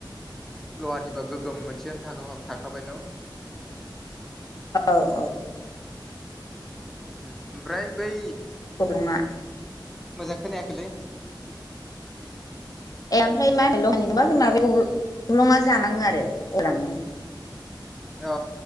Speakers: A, in the centre; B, on the left.
A: लहानिबा गोग्गोम मोनसेयनो थाखा फाखा थाखाबाय न'।
B: औ-औ।
A: उम ओमफ्राइ बै
B: गब्लङा
A: मोजांखोनायाखैलै।
B: <unintelligible>
A: अ